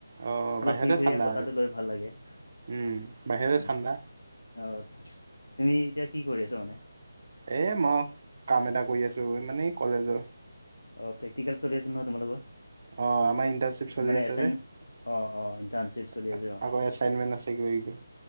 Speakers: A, on the right; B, on the left.
A: অ বাহিৰতে
B: অলপ ফি ফৰিয়া
A: ঠাণ্ডা
B: বতাহটো
A: আৰু
B: লৈ ভাল লাগে উ।
A: উম বাহিৰতে ঠাণ্ডা
B: অ তুমি এতিয়া কি কৰি আছা মানে।
A: এ মহ কাম এটা কৰি আছো মানে কলেজৰ।
B: অ প্ৰেক্টিকেল চলি আছিল ন তোমালোকৰ।
A: অ আমাৰ ইণ্টাৰ্ণশ্বিপ চলি
B: মানে
A: আছে
B: এচাইন
A: যে।
B: অ অ ইণ্টাৰ্ণশ্বিপ চলি আছে অ
A: আকৌ এচাইনমেন্ট আছে কিবা কিবি।